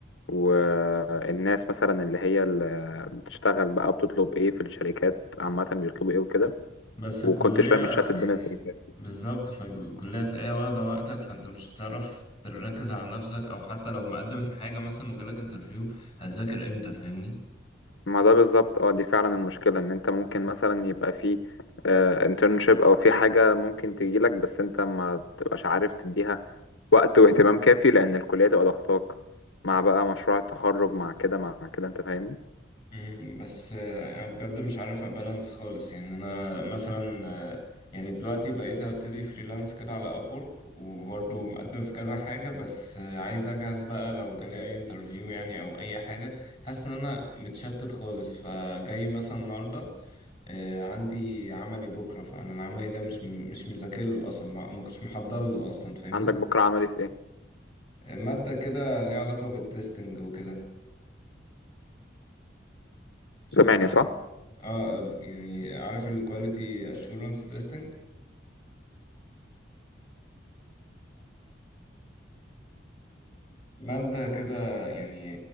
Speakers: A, on the left (about 85°); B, on the left (about 25°).
A: والناس مثلا اللي هي اللي بتشتغل بقى بتطلب ايه في الشركات عامة بيطلبوا ايه وكده
B: بس الكلية
A: وكنتش فاهم متشتت
B: يعني
A: بين التراكات
B: بالظبط فالكلية تلاقيها واخدة وقتك فانت مش هتعرف تركز على نفسك او حتى لو مقدم في حاجة مثلا وجالك انترفيو هتذاكر امتى فاهمني؟
A: ما ده بالظبط اه دي فعلا المشكلة ان انت ممكن مثلا يبقى في انترنشيب او في حاجة ممكن تجيلك بس انت ما بتبقاش عارف تديها وقت واهتمام كافي لان الكلية تبقى ضغطاك مع بقى مشروع التخرج مع كده مع كده انت فاهمني
B: مم، بس آه، يعني بجد مش عارف ابالانس خالص يعني انا مثلا آه، يعني دلوقتي بقيت ابتدي فريلانس كده على ابورك وبرضه مقدم في كذا حاجة بس آه، عايز اجهز بقى لو جالي اي انترفيو يعني او اي حاجة حاسس ان انا متشتت خالص فجاي مثلا النهاردة آه، عندي عملي بكرة فانا العملي ده مش مش مذاكر له اصلا ما ما كنتش محضر له اصلا فاهمني
A: عندك بكرة عملي في ايه
B: آه، مادة كده ليها علاقة بالتستنج وكده مش
A: سامعني
B: عارف أوي.
A: صح
B: اه آه، يعني عارف الكواليتي اشورنس تيستنج مادة كده يعني